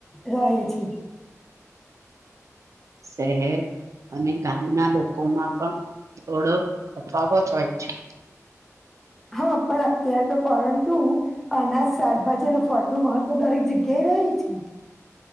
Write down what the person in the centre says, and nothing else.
રહે છે.
હા, પણ અત્યારે તો પરંતુ અનાજ, શાકભાજી અને ફળનું મહત્વ દરેક જગ્યાએ રહે છે.